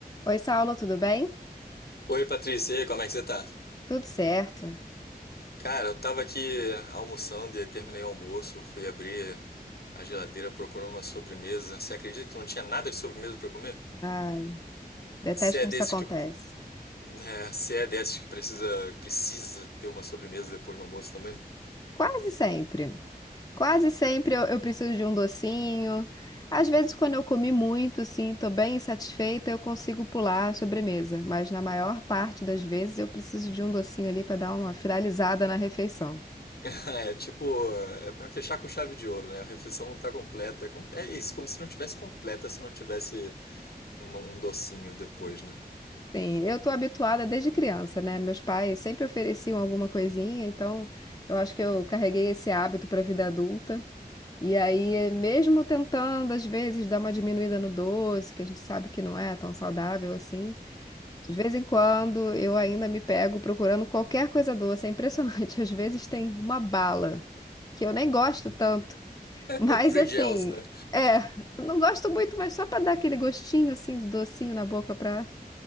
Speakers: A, on the left (about 25°); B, on the left (about 75°).
A: Oi, Saulo, tudo bem?
B: Oi, Patrícia, e aí, como é que você tá?
A: Tudo certo.
B: Cara, eu tava aqui almoçando e terminei o almoço, fui abrir a geladeira procurando uma sobremesa. Você acredita que não tinha nada de sobremesa pra eu comer?
A: Ai, detesto
B: Se é
A: quando
B: desses
A: isso acontece.
B: que, é, se é desses que precisa, precisa ter uma sobremesa depois do almoço também?
A: Quase sempre. Quase sempre eu, eu preciso de um docinho. Às vezes, quando eu comi muito, sim, tô bem insatisfeita, eu consigo pular a sobremesa. Mas na maior parte das vezes eu preciso de um docinho ali para dar uma finalizada na refeição.
B: <laughs> É tipo, é pra fechar com chave de ouro, né? A refeição não tá completa. É como- É isso, como se não tivesse completa se não tivesse uma- um docinho depois, né? <laughs>
A: Sim, eu tô habituada desde criança, né? Meus pais sempre ofereciam alguma coisinha, então eu acho que eu carreguei esse hábito para a vida adulta. E aí, mesmo tentando, às vezes, dar uma diminuída no doce, que a gente sabe que não é tão saudável assim, de vez em quando eu ainda me pego procurando qualquer coisa doce. É impressionante. <laughs> Às vezes tem uma bala, que eu nem gosto tanto, mas
B: É free
A: assim,
B: gels, né?
A: é, não gosto muito, mas só para dar aquele gostinho assim, de docinho na boca, para